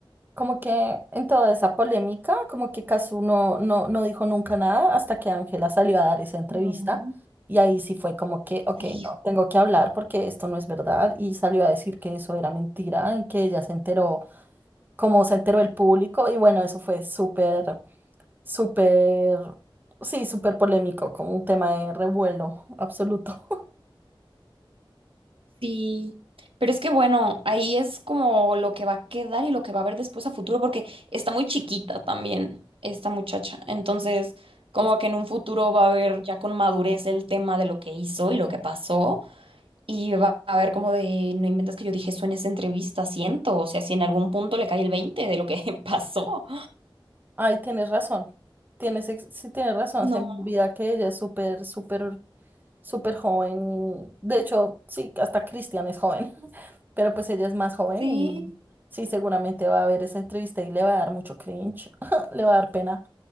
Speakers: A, on the right (about 20°); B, on the right (about 85°).
A: Como que en toda esa polémica, como que Cazzu no, no, no dijo nunca nada hasta que Ángela salió a dar esa entrevista
B: No.
A: y ahí sí fue como que, ok,
B: sí
A: no, tengo que hablar porque esto no es verdad y salió a decir que eso era mentira y que ella se enteró, como se enteró el público y bueno, eso fue súper, súper, sí, súper polémico, como un tema de revuelo absoluto.
B: Sí, pero es que bueno, ahí es como lo que va a quedar y lo que va a haber después a futuro, porque está muy chiquita también esta muchacha. Entonces, como
A: <laughs> Es-
B: que en un futuro va a haber ya con madurez el tema de lo que hizo y lo que pasó. Y va a haber como de, no inventes que yo dije eso en esa entrevista, siento. O sea, si en algún punto le cae el veinte de lo que <laughs> pasó.
A: Ay, tienes razón, tienes, ex- sí, tienes razón, se
B: No,
A: me olvida que ella es súper, súper súper joven y de hecho, sí, hasta Cristian es joven, <laughs> pero pues ella es más joven
B: sí.
A: y sí, seguramente va a ver esa entrevista y le va a dar mucho cringe, <laughs> le va a dar pena.